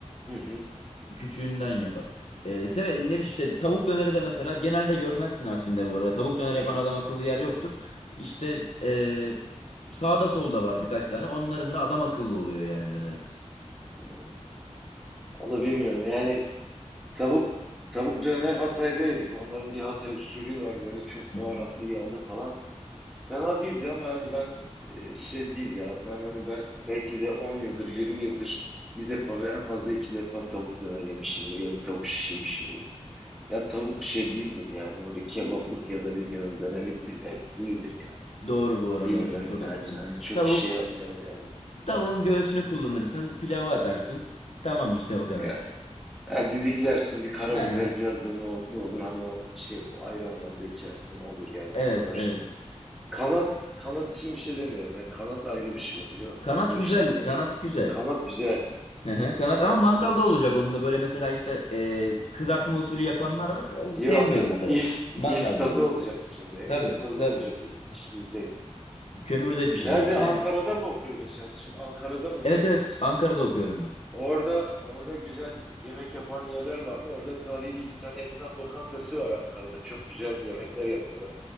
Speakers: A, in the centre; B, on the left.
A: Hı hı.
B: Küçüğünden yapar. E, seve, ne bileyim işte tavuk döneri de mesela genelde görmezsin Artvin'de bu arada. Tavuk döner yapan
A: Hı hı.
B: adam akıllı yer yoktur. İşte e, sağda solda var birkaç tane. Onların da adam akıllı oluyor yani döneri.
A: Hı. Vallahi bilmiyorum yani Tavuk, tavuk döner Hatay'da yedik. Onların bir Hatay usulü var böyle çok baharatlı
B: Hı hı.
A: yağlı falan. Fena değildi ama hani ben e, şey değil ya. Ben hani ben belki de 10 yıldır 20 yıldır bir defa ve en fazla iki defa tavuk döner yemişimdir ya da tavuk şiş yemişimdir. Ya tavuk şey değildir yani öyle kebaplık ya da bilmiyorum dönerlik bir et değildir ya.
B: Doğru bu arada
A: Bilmiyorum
B: hocam çok
A: yani
B: haklısın.
A: ben çok
B: Tavuk,
A: şey yapmıyorum yani.
B: tavuğun göğsünü kullanırsın, pilava atarsın. Tamam işte o kadar.
A: Yani ha, didiklersin bir karabiber
B: He, he.
A: biraz da nohutlu olur. Hani o şey o ayran yanında içersin olur yani
B: evet
A: o kadar
B: evet.
A: Kanat, kanat için bir şey demiyorum. Yani kanat ayrı bir şey oluyor.
B: Kanat
A: Orada
B: güzeldi.
A: bir şey diyemiyorum.
B: Kanat güzel.
A: Kanat güzel.
B: Hı hı, Kanat
A: Kanat
B: ama mangalda
A: güzel.
B: olacak onun da böyle mesela işte e, kızartma usulü yapanlar var. O,
A: Yok
B: sevmiyorum
A: yok.
B: o kadar.
A: İst,
B: Mangalda
A: istadı
B: olacak.
A: olacak içinde.
B: Tabii
A: İstadı
B: tabii.
A: olacak. is- işleyecek.
B: Kömürde pişecek
A: Nerede?
B: yani.
A: Ankara'da mı okuyordun sen? Şimdi Ankara'da mıydın
B: Evet evet
A: sen?
B: Ankara'da okuyorum ben.
A: Orada orada güzel yemek yapan yerler var mı? Orada tarihi bir iki tane esnaf lokantası var Ankara'da. Çok güzel yemekler yapıyorlar.